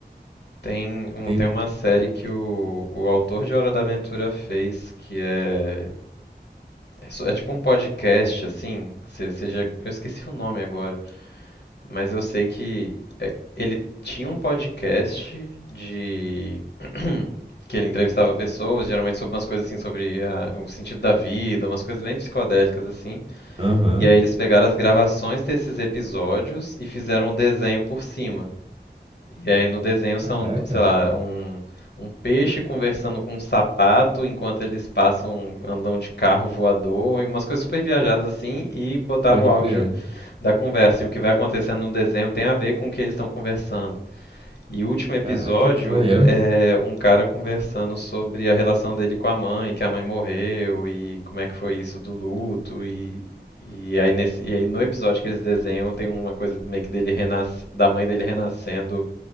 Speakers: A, on the left (about 80°); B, on the right (about 30°).
A: Tem, um,
B: Tem.
A: tem uma série que o, o autor de Hora da Aventura fez, que é. É, só- é tipo um podcast, assim. se- já, eu esqueci o nome agora, mas eu sei que é- ele tinha um podcast de Que ele entrevistava pessoas, geralmente sobre umas coisas assim, sobre a- o sentido da vida, umas coisas bem psicodélicas assim.
B: Aham.
A: E aí eles pegaram as gravações desses episódios e fizeram um desenho por cima. E aí no desenho são,
B: Caraca,
A: do- sei lá, um, um peixe conversando com um sapato enquanto eles passam, andam de carro voador, e umas coisas super viajadas assim, e botaram
B: pode
A: o áudio
B: crer.
A: da conversa. E o que vai acontecendo no desenho tem a ver com o que eles estão conversando. E o último episódio
B: Caraca, que maneiro.
A: é um cara conversando sobre a relação dele com a mãe, que a mãe morreu e como é que foi isso do luto e e aí, nesse, e aí no episódio que eles desenham tem uma coisa meio que dele renas, da mãe dele renascendo